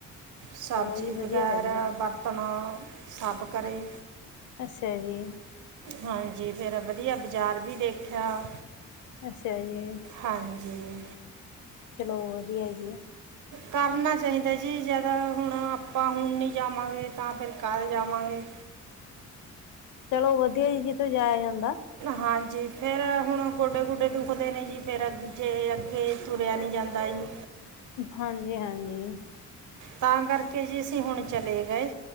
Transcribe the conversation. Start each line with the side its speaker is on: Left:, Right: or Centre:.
Right: ਸਬਜ਼ੀ
Left: ਚਲੋ ਜੀ ਵਧੀਆ
Right: ਵਗੈਰਾ
Left: ਵਧੀਆ
Right: ਬਰਤਨ ਸਭ ਕਰੇ
Left: ਅੱਛਾ ਜੀ।
Right: ਹਾਂਜੀ ਫੇਰ ਵਧੀਆ ਬਾਜ਼ਾਰ ਵੀ ਦੇਖਿਆ।
Left: ਅੱਛਾ ਜੀ।
Right: ਹਾਂਜੀ
Left: ਚਲੋ ਵਧੀਆ ਜੀ।
Right: ਕਰਨਾ ਚਾਹੀਦਾ ਜੀ ਜਿਆਦਾ ਹੁਣ ਆਪਾਂ ਹੁਣ ਨੀ ਜਾਵਾਂਗੇ ਤਾਂ ਫਿਰ ਕੱਦ ਜਾਵਾਂਗੇ-
Left: ਚਲੋ ਵਧੀਆ ਜੀ ਜਿੱਥੇ ਜਾਇਆ ਜਾਂਦਾ
Right: ਹਾਂਜੀ। ਫੇਰ ਹੁਣ ਗੋਡੇ ਗੁਡੇ ਦੁਖਦੇ ਨੇ ਜੀ ਫੇਰ ਜੇ ਅੱਗੇ ਤੁਰਿਆ ਨੀ ਜਾਂਦਾ ਜੀ
Left: ਹਾਂਜੀ -ਹਾਂਜੀ।
Right: ਤਾਂ ਕਰਕੇ ਜੀ ਅਸੀ ਹੁਣ ਚਲੇ ਗਏ।